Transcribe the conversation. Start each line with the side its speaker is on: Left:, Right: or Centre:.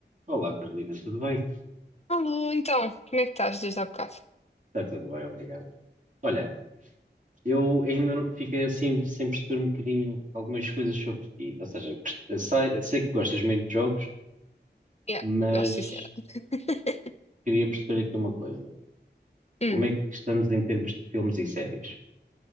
Right: Olá, Carolina, tudo bem?
Left: Alô, então, como é que estás desde há bocado?
Right: Está tudo bem, obrigado. Olha, eu ainda não- fiquei assim sem perceber um bocadinho algumas coisas sobre ti. Ou seja, gost- sei, sei que gostas muito de jogos,
Left: Yeah,
Right: mas
Left: gosto sim, senhora. <laughs>
Right: queria perceber aqui uma coisa.
Left: Hum,
Right: Como é que estamos em termos de filmes e séries?